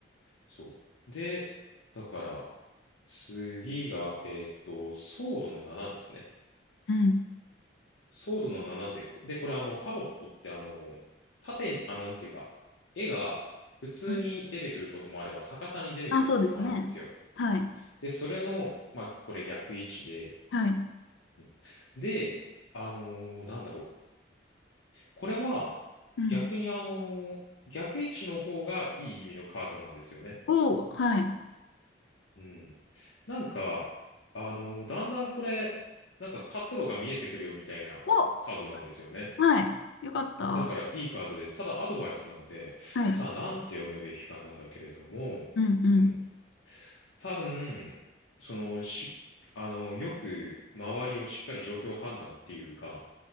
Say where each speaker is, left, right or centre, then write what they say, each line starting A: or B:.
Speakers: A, on the left (about 80°); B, on the left (about 70°).
A: そう。で、だから、次が、えーっと、ソードの7ですね。
B: うん。
A: ソードの7で、で、これ、あの、タロットって、あの、縦に、あ、なんていうか、絵が普通に出てくることもあれば、
B: うん。
A: 逆さに出てくることもあるんですよ。
B: あ、そうですね。はい。
A: で、それの、まあ、これ逆位置で、
B: はい。
A: うんで、あのーなんだろう。これは
B: うん。
A: 逆にあのー逆位置の方がいい意味のカードなんですよね。
B: おー、はい。
A: うん。なんか、あのーだんだんこれ、なんか活路が見えてくるよみたいなカードなんですよね。
B: を、はい。よかった。
A: だからいいカードで、ただアドバイスなんで、
B: はい。
A: さあなんて読むべきかなんだけれども、
B: うん、うん、
A: うん。多分、その、し、あのよく周りをしっかり状況判断っていうか、